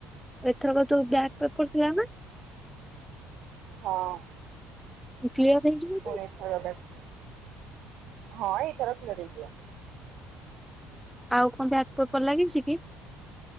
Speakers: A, in the centre; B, on the right.
A: ଏଥରକ ଯୋଉ ବ୍ୟାକ୍ ପେପର ଥିଲା ନା?
B: ହଁ।
A: ତୁ କ୍ଲିୟର ହେଇଯିବୁ?
B: ପୁଣି ଏଥର ବେକ୍ ହଁ ଏଇଥର କ୍ଲିୟର ହେଇଯିବ।
A: ଆଉ କଣ ବ୍ୟାଗ ପେପର୍ ଲାଗିଛି କି?